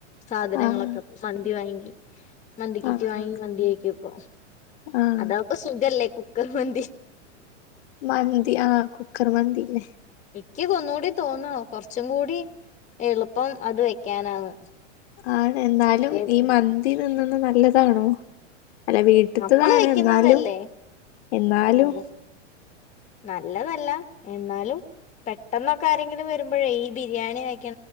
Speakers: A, on the left (about 20°); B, on the left (about 55°).
A: സാധനങ്ങളൊക്കെ
B: ആഹ്
A: മന്തി അണക്കിൽ മന്തി കീറ്റി
B: ആഹ്
A: വാങ്ങി മന്തി വെക്കുപ്പോ
B: ആഹ്
A: അതക്കെ സ്‌ ഇതല്ലേ കുക്കർ മന്ദി
B: മന്തി ആ കുക്കർ മന്തില്ലേ
A: എനിക്ക് കൊന്നുകൂടി തോന്നോ കൊറച്ചും കൂടി എളുപ്പം അത് വെക്കാനാണ്
B: ആണ് എന്നാലും
A: മറ്റേത്
B: ഈ മന്തി തീനിന്നെ നല്ലതാണോ അല്ല വീട്ടത്തതാണ്
A: നമ്മള് വെക്കുന്നതല്ലേ
B: എന്നാലും എന്നാലും
A: അത് നല്ലതല്ല എന്നാലും പെട്ടെന്നൊക്കെ ആരെങ്കിലും വരുമ്പോഴേ ഈ ബിരിയാണി വേ